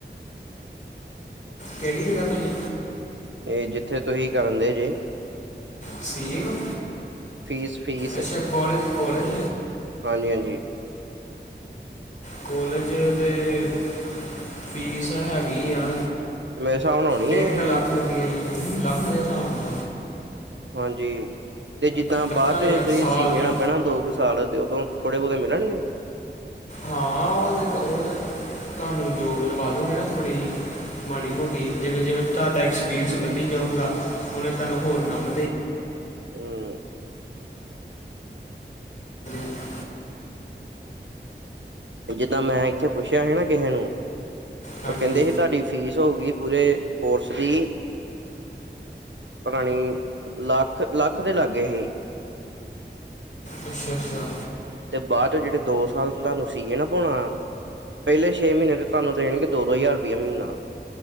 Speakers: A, on the left; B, on the right.
A: ਕਿਹੜੀ ਜਗ੍ਹਾ ਭਾਜੀ।
B: ਤੇ ਜਿੱਥੇ ਤੁਸੀਂ ਕਰਨ ਦੇ ਜੇ।
A: ਸੀ ਏ ਕੋਲ
B: ਫੀਸ ਫੀਸ
A: ਅੱਛਾ ਕਾਲਜ ਕਾਲਜ।
B: ਹਾਂਜੀ ਹਾਂਜੀ।
A: ਕੋਲਜ ਦੇ ਫੀਸ ਹੈਗੀ ਆ।
B: ਮੇਰੇ ਹਿਸਾਬ ਨਾਲ ਹੋਣੀ
A: ਡੇਢ
B: ਹੈ
A: ਕ ਲੱਖ ਰੁਪਏ ਈ ਲੱਖ ਦੇ ਹਿਸਾਬ ਨਾਲ।
B: ਹਾਂਜੀ ਤੇ ਜਿੱਦਾਂ
A: ਲੱਖਾਂ
B: ਬਾਅਦ
A: ਦੇ
B: ਚ
A: ਆ,
B: ਤੁਸੀਂ
A: ਸਾਲ
B: ਸੀ
A: ਦੀ
B: ਏ ਨਾਲ ਬੈਣਾ ਦੋ ਕੁ ਸਾਲ ਏ ਤੇ ਉਦੋਂ ਥੋੜੇ ਬਹੁਤੇ ਮਿਲਣਗੇ।
A: ਹਾਂ ਓ ਤੇ ਓ ਤੇ ਤੁਹਾਨੂੰ ਜੋਬ ਲਵਾ ਦੋਗੇ ਨਾ ਥੋੜੀ ਜਿਹੀ। ਮਾੜੀ ਮੋਟੀ ਜਿਵੇਂ-ਜਿਵੇਂ ਤੁਹਾਡਾ ਐਕਸਪੀਰੀਅੰਸ ਵੱਧੀ ਜਾਊਗਾ ਉਹਨੇ ਤੁਹਾਨੂੰ ਹੋਰ ਕੰਮ
B: ਹੂੰ
A: <unintelligible> <unintelligible>
B: ਜਿੱਦਾਂ ਮੈਂ ਇੱਥੇ ਪੁੱਛਿਆ ਹੀ ਨਾ ਕਿਸੇ ਨੂੰ
A: ਹਾਂਜੀ
B: ਉਹ ਕਹਿੰਦੇ ਸੀ ਤੁਹਾਡੀ ਫੀਸ ਹੋਊਗੀ ਪੂਰੇ ਕੋਰਸ ਦੀ ਪਤਾ ਨੀ ਲੱਖ-ਲੱਖ ਦੇ ਲਾਗੇ ਹੀ।
A: ਅੱਛਾ, ਅੱਛਾ।
B: ਤੇ ਬਾਅਦ ਚੋਂ ਜਿਹੜੇ ਦੋ ਸਾਲ ਤੁਹਾਨੂੰ ਸੀ ਏ ਨਾ ਬਾਉਣਾ। ਪੈਲੇ ਛੇ ਮਹੀਨੇ ਤੇ ਤਾਨੁ ਦੇਣਗੇ ਦੋ-ਦੋ ਹਜ਼ਾਰ ਰੁਪਇਆ ਮਹੀਨਾ।